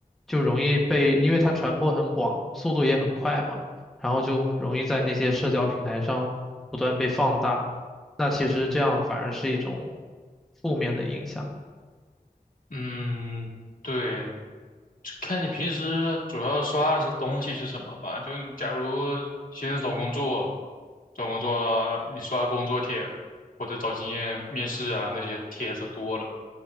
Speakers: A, in the centre; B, on the left.
A: 就容易被，因为它传播很广，速度也很快嘛，然后就容易在那些社交平台上不断被放大。那其实这样反而是一种负面的影响。
B: 嗯，对，看你平时主要刷的是东西是什么吧。就你假如现在找工作，找工作你刷工作帖或者找经验面试啊那些帖子多了，